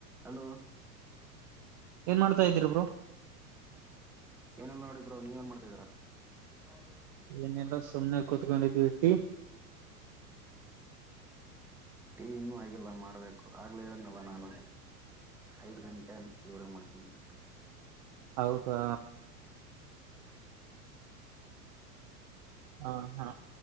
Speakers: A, in the centre; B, on the right (about 30°).
A: Hello
B: ಏನ್ ಮಾಡ್ತಾ ಇದೀಿಬ್ರು
A: ಏನಲ್ಲ ನೋಿದ್ರೋ ನೀವ ಏನ್ ಮಾಡತಿದ್ರಾ ಹೌದು
B: ಇದನ್ನೆಲ್ಲಾ ಸುಮ್ಮನೆ ಕುೂತ್ಕೊಂಡಿದ್ ಬಿಟ್ಟಿ ಹ
A: ಟೀ ಇನ್ನೂ ಆಗಿಲ್ಲ ಮಾಡಬೇಕು ಆಗ್ಲೇ ಹೇಳನಲ್ಲ ನಾನು ಐದು ಗಂಟೆುವರೆಗೆ ಮಾಡ್ತೀನಿ ಅಂತ
B: ಹೌದಾ
A: ಶೃಂಗ
B: ಹ ಹಾ